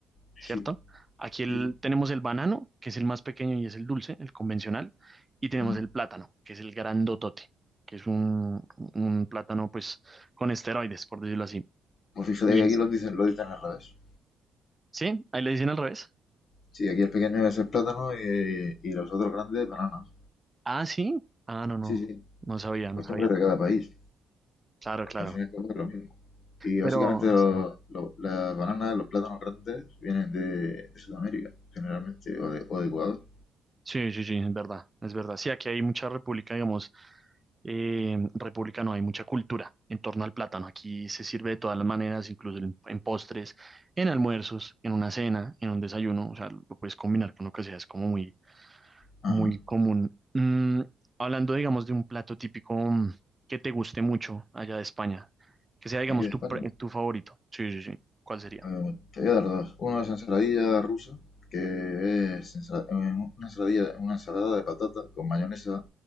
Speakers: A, on the left; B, on the right.
A: Sí,
B: ¿cierto? Aquí el-
A: sí, sí.
B: tenemos el banano, que es el más pequeño y es el dulce, el convencional, y tenemos
A: Ajá.
B: el plátano, que es el grandotote, que es un, un plátano pues con esteroides, por decirlo así.
A: Pues fíjate
B: Y
A: que
B: es,
A: aquí lo dicen, lo dicen al revés.
B: ¿sí? Ahí le dicen al revés.
A: Sí, aquí el pequeño es el plátano y, y los otros grandes bananas.
B: Ah, sí. Ah, no, no.
A: Sí, sí.
B: No sabía,
A: costumbres
B: no sabía.
A: de cada país,
B: Claro,
A: porque
B: claro.
A: al fin y al cabo es lo mismo. Y básicamente
B: Pero
A: lo-
B: sí,
A: lo- las bananas, los plátanos grandes vienen de, de Sudamérica, generalmente, o de, o de Ecuador.
B: sí, sí, sí, es verdad, es verdad. Sí, aquí hay mucha república, digamos, eh, república no, hay mucha cultura en torno al plátano. Aquí se sirve de todas las maneras, incluso en, en postres, en almuerzos, en una cena, en un desayuno. O sea, lo puedes combinar con lo que sea, es como muy,
A: Ajá.
B: muy común. Mm, hablando, digamos, de un plato típico mm, que te guste mucho allá de España, que sea, digamos,
A: Y aquí de
B: tu,
A: España.
B: pre- tu favorito. Sí, sí, sí. ¿Cuál sería?
A: Eh, te voy a dar dos. Uno es ensaladilla rusa, que es ensala- eh, una ensaladilla, una ensalada de patata con mayonesa,